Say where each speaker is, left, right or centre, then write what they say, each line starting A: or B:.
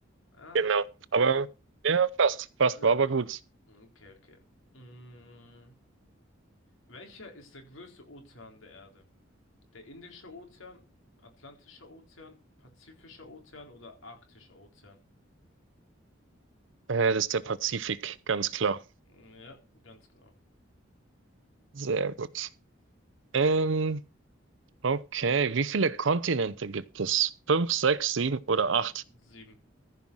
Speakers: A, on the left; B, on the right.
A: Ach,
B: Genau. Aber ja, fast, fast
A: okay.
B: war aber gut.
A: Okay, okay. Mm, welcher ist der größte Ozean der Erde? Der Indische Ozean, Atlantischer Ozean, Pazifischer Ozean oder Arktischer Ozean?
B: Äh, das ist der Pazifik, ganz klar.
A: Mm, Ja, ganz genau.
B: Sehr gut. Ähm, okay, wie viele Kontinente gibt es? Fünf, sechs, sieben oder
A: S-
B: acht?
A: Sieben.